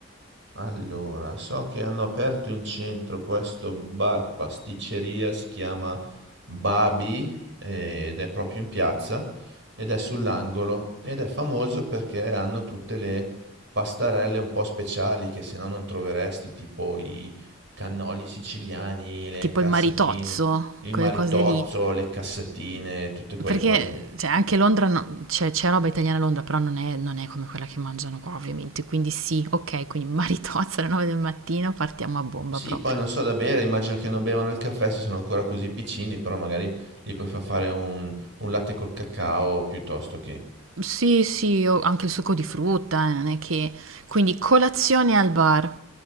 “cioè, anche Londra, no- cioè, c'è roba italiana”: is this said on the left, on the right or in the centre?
Right